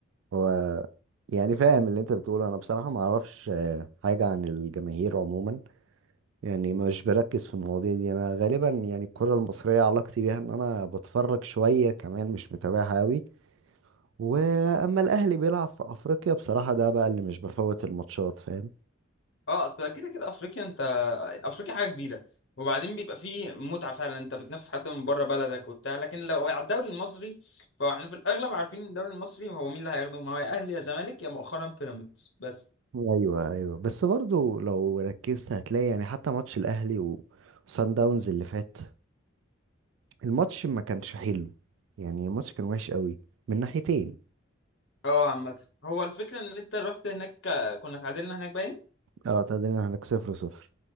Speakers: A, on the right; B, on the left.
A: هو يعني فاهم اللي انت بتقوله انا بصراحة ما اعرفش آه، حاجة عن الجماهير عموما يعني مش بركز في المواضيع دي انا غالبا يعني الكرة المصرية علاقتي بيها ان انا بتفرج شوية كمان مش متابعها قوي واما الاهلي بيلعب في افريقيا بصراحة ده بقى اللي مش بفوت الماتشات فاهم
B: اه اصل كده كده افريقيا انت افريقيا حاجه كبيره وبعدين بيبقى فيه متعه فعلا انت بتنافس حد من بره بلدك وبتاع لكن لو على الدوري المصري فاحنا في الاغلب عارفين إن الدوري المصري هو مين اللي هياخده ما هو يا اهلي يا زمالك يا مؤخرا بيراميدز بس
A: ايوه ايوه بس برضو لو ركزت هتلاقي يعني حتى ماتش الاهلي و- وسان داونز اللي فات الماتش ما كانش حلو يعني الماتش كان وحش قوي من ناحيتين
B: اه عامة هو الفكرة ان انت رحت هناك آه، كنا اتعادلنا هناك باين
A: اه تعادلنا هناك صفر صفر